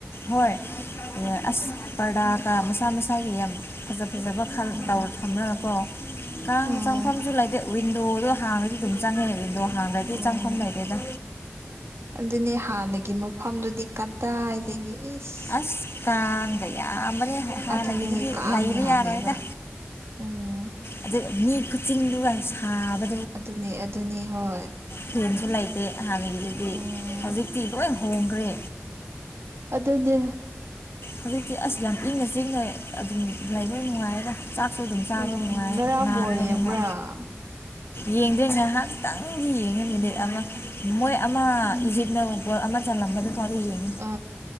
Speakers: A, on the left; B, on the right.
A: ꯍꯣꯏ ꯑꯦ ꯑꯁ ꯄꯔꯗꯥꯀ ꯃꯁꯥ ꯃꯁꯥꯒꯤ ꯌꯝ ꯐꯖꯕ ꯈꯟ
B: ꯎꯝ
A: ꯇꯥꯎ ꯊꯝꯔꯒꯀꯣ ꯀꯥꯡ
B: ꯎꯝ
A: ꯆꯪꯐꯝꯁꯨ ꯂꯩꯏꯇꯦ ꯋꯤꯟꯗꯣꯗꯣ ꯍꯥꯡꯉꯗꯤ ꯑꯗꯨꯝ ꯆꯪꯉꯦ ꯋꯤꯟꯗꯣ ꯍꯥꯡꯗ꯭ꯔꯗꯤ
B: ꯎꯝ
A: ꯆꯪꯐꯝ ꯂꯩꯇꯦꯗꯥ
B: ꯑꯗꯨꯅꯦ ꯍꯥꯟꯅꯒꯤ ꯃꯐꯝꯗꯨꯗꯤ ꯀꯗꯥꯏꯗꯒꯤ ꯏꯁ
A: ꯑꯁ ꯀꯥꯡꯒ ꯌꯥꯝꯕꯅꯦ ꯍꯥꯟꯅꯒꯤꯗꯨꯗꯤ
B: ꯑꯗꯨꯅꯦ ꯀꯥꯡ
A: ꯂꯩꯕ
B: ꯌꯥꯝꯃꯦꯕ
A: ꯌꯥꯔꯣꯏꯗ
B: ꯑꯨꯡ
A: ꯑꯗꯨ ꯃꯤ ꯀꯆꯤꯟꯗꯨꯒ ꯁꯥꯕ
B: ꯑꯗꯨꯅꯤ ꯑꯗꯨꯅꯤ ꯍꯣꯏ
A: ꯐꯦꯟꯁꯨ ꯂꯩꯇꯦ ꯍꯥꯟꯅꯒꯤꯗꯨꯗꯤ
B: ꯎꯝ
A: ꯍꯧꯖꯤꯛꯇꯤ ꯂꯣꯏ ꯍꯣꯡꯒ꯭ꯔꯦ
B: ꯑꯗꯨꯅꯦ
A: ꯍꯨꯖꯤꯛꯇꯤ ꯑꯁ ꯌꯥꯝ ꯏꯪꯅ ꯆꯤꯛꯅ ꯑꯗꯨꯝ ꯂꯩꯕꯅ ꯅꯨꯡꯉꯥꯏꯔꯦꯗ ꯆꯥꯛꯁꯨ ꯑꯗꯨꯝ ꯆꯥꯕ
B: ꯎꯝ
A: ꯅꯨꯡꯉꯥꯏ
B: ꯉꯔꯥꯡ
A: ꯅꯥꯟꯕꯅꯤꯅ
B: ꯕꯣꯜ ꯌꯦꯡꯕ꯭ꯔꯥ
A: ꯌꯦꯡꯗ꯭ꯔꯦ ꯉꯥꯏꯍꯥꯛ ꯇꯪꯗꯤ ꯌꯦꯡꯉꯦ
B: ꯎꯝ
A: ꯃꯤꯅꯤꯠ ꯑꯃ ꯃꯣꯏ ꯑꯃ ꯏꯖꯤꯞꯅ ꯒꫭꯜ ꯑꯃ ꯆꯜꯂꯝꯕꯗꯨ ꯐꯥꯎꯗꯤ ꯌꯦꯡꯉꯤ
B: ꯑ